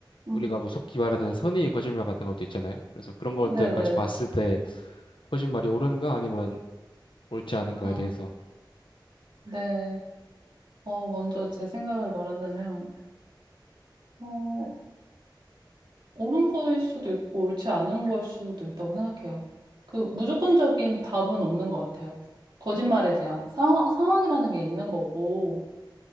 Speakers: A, on the right (about 65°); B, on the left (about 90°).
A: 음,
B: 우리가 뭐 속기 말하는 선의의 거짓말 같은 것도 있잖아요. 그래서 그런 것들까지
A: 네네.
B: 봤을 때 거짓말이 옳은가 아니면 옳지 않은가에
A: 음,
B: 대해서
A: 네. 어, 먼저 제 생각을 말하자면, 어, 옳은 거일 수도 있고, 옳지 않은 거일 수도 있다고 생각해요. 그, 무조건적인 답은 없는 것 같아요. 거짓말에 대한 상황, 상황이라는 게 있는 거고,